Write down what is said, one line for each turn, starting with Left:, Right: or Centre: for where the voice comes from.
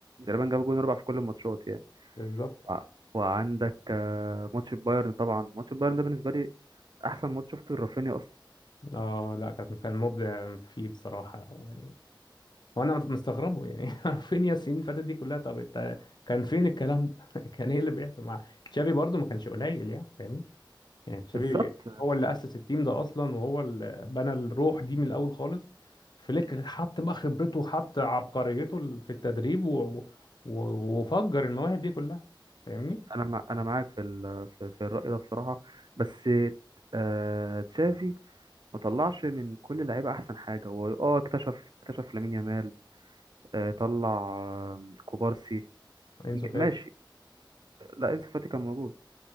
Right: تقريبا جاب جون اربع في كل الماتشات يعني
Left: بالظبط
Right: وع- وعندك آه، ماتش البايرن طبعا ماتش البايرن ده بالنسبه لي احسن ماتش شفته لرافينيا اصلا
Left: اه لا كان كان مبدع فيه بصراحه يعني وانا مستغربه يعني <laughs> فين يا السنين اللي فاتت دي كلها طب انت كان فين الكلام ده <laughs> كان ايه اللي بيحصل مع تشافي برضه ما كانش قليل يعني فاهمني يعني تشافي
Right: بالظبط
Left: هو اللي اسس التيم ده اصلا وهو اللي بنى الروح دي من الاول خالص فليك حط بقى خبرته وحط عبقريته ال- في التدريب و... و... وفجر المواهب دي كلها فاهمني
Right: انا مع... انا معاك في ال... في في الراي ده بصراحه بس آه... تشافي ما طلعش من كل اللعيبه احسن حاجه هو اه اكتشف اكتشف لامين يامال آه طلع آه كوبارسي
Left: انسو
Right: ج-
Left: فاتي
Right: ماشي لا انسو فاتي كان موجود